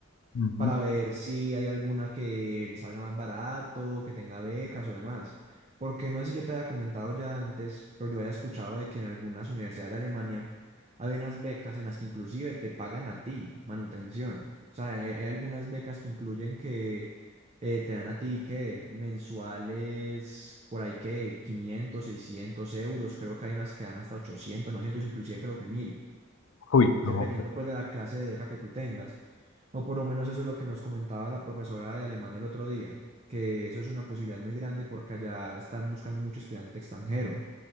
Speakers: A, on the left (about 65°); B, on the right (about 30°).
A: Ujú.
B: para ver si hay alguna que salga más barato, que tenga becas o demás. Porque no sé si yo te había comentado ya antes, pero yo había escuchado de que en algunas universidades de Alemania hay unas becas en las que inclusive te pagan a ti manutención. O sea, hay, hay algunas becas que incluyen que eh, te dan a ti que mensuales, por ahí que 500, 600 euros, creo que hay unas que dan hasta 800, 900 inclusive creo que 1000
A: Uy,
B: dependiendo
A: no, pero-
B: pues de la clase de beca que tú tengas. O por lo menos eso es lo que nos comentaba la profesora de alemán el otro día, que eso es una posibilidad muy grande porque allá están buscando mucho estudiante extranjero.